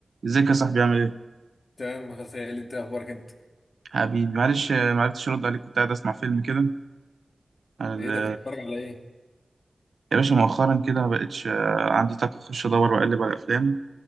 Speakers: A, on the right (about 85°); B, on the left (about 65°).
A: ازيك يا صاحبي عامل ايه؟
B: تمام غسيل انت اخبارك انت
A: حبيبي معلش آه، ما عرفتش ارد عليك كنت قاعد اسمع فيلم كده على ال-
B: ايه ده كنت بتتفرج على ايه
A: يا باشا مؤخرا كده ما بقتش آه، عندي طاقة اخش ادور واقلب على الافلام